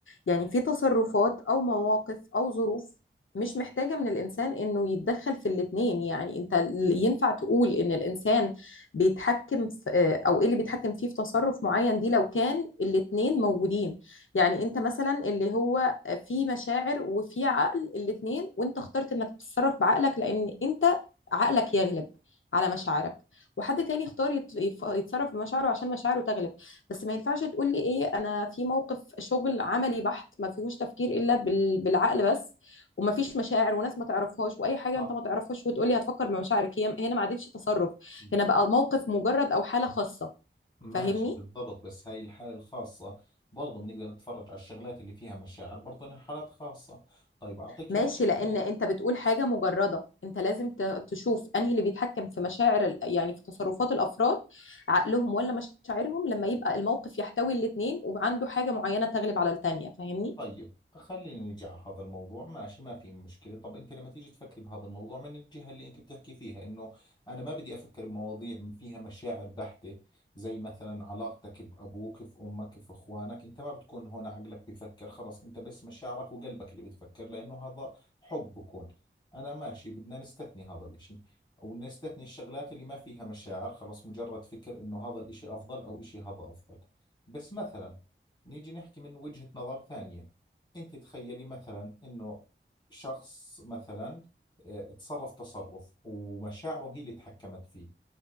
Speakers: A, on the left (about 70°); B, on the left (about 20°).
A: يعني في تصرفات او مواقف او ظروف مش محتاجة من الإنسان إنه يتدخل في الاتنين يعني أنت ال- ينفع تقول إن الإنسان بيتحكم في أو إيه اللي بيتحكم فيه في تصرف معين دي لو كان الاتنين موجودين يعني أنت مثلا اللي هو في مشاعر وفي عقل الاتنين وأنت اخترت إنك تتصرف بعقلك لأن أنت عقلك يغلب على مشاعرك وحد تاني يختار يت- يف- يتصرف بمشاعره عشان مشاعره تغلب بس ما ينفعش تقول لي ايه انا في موقف شغل عملي بحت ما فيهوش تفكير الا بال- بالعقل بس وما فيش مشاعر وناس ما تعرفهاش واي حاجه
B: صح
A: انت ما تعرفهاش وتقول لي هتفكر بمشاعرك هي هنا ما عادتش تصرف
B: م-
A: هنا بقى الموقف مجرد او حاله خاصه
B: ماشي
A: فاهمني
B: بالضبط بس هاي الحالة الخاصة برضه بنقدر نتفرج على الشغلات اللي فيها مشاعر برضه إنها حالات خاصة طيب أعطيك
A: ماشي
B: موقف
A: لان
B: ثاني
A: انت بتقول حاجه مجرده انت لازم ت- تشوف انهي اللي بيتحكم في مشاعر ال- يعني في تصرفات الافراد عقلهم ولا مشاعرهم لما يبقى الموقف يحتوي الاتنين وعنده حاجه معينه تغلب على التانيه فاهمني
B: طيب خلينا نيجي على هذا الموضوع ماشي ما في مشكلة طب أنت لما تيجي تفكري بهذا الموضوع من الجهة اللي أنت بتحكي فيها إنه أنا ما بدي أفكر بمواضيع فيها مشاعر بحتة زي مثلا علاقتك بأبوك في أمك في إخوانك أنت ما بتكون هون عقلك بيفكر خلص أنت بس مشاعرك وقلبك اللي بتفكر لأنه هذا حب بكون أنا ماشي بدنا نستثني هذا الإشي أو نستثني الشغلات اللي ما فيها مشاعر خلص مجرد فكر إنه هذا الإشي أفضل أو إشي هذا أفضل بس مثلا نيجي نحكي من وجهة نظر ثانية انت تخيلي مثلا انه شخص مثلا آه، تصرف تصرف ومشاعره هي اللي تحكمت فيه